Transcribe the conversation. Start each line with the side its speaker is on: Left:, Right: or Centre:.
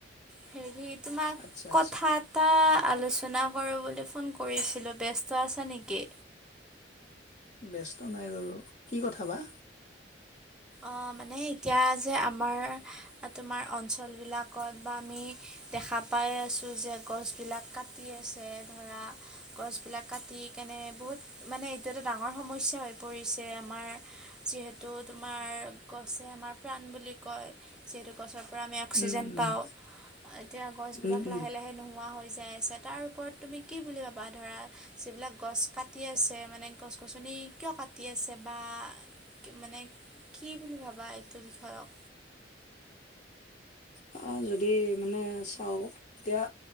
Centre: হেৰি, তোমাক
Left: আচ্ছা আচ্ছা
Centre: কথাত টা আলোচনা কৰিবলৈ ফোন কৰিছিলোঁ। ব্যস্ত আছা নেকি?
Left: ব্যস্ত নাই বাৰু। কি কথা বা?
Centre: অ', মানে এতিয়া যে আমাৰ, তোমাৰ অঞ্চলবিলাকত বা আমি দেখা পাই আছোঁ যে গছবিলাক কাটি আছে, ধৰা গছবিলাক কাটি কেনে, বহুত মানে, এইটো এটা ডাঙৰ সমস্যা হৈ পৰিছে আমাৰ যিহেতু, তোমাৰ গছেই আমাৰ প্ৰাণ বুলি কয়। যিহেতু গছৰ পৰাই আমি অক্সিজেন
Left: উম উম
Centre: পাওঁ। এতিয়া গছবিলাক
Left: উম উম
Centre: লাহে-লাহে নোহোৱা হৈ যায় আছে। তাৰ ওপৰত তুমি কি বুলি ভাবা? ধৰা যিবিলাক গছ কাটি আছে, মানে, গছ-গছনি কিয় কাটি আছে? বা মানে, কি বুলি ভাবা এইটো বিষয়ক?
Left: আ, যদি মানে, চাওঁ এতিয়া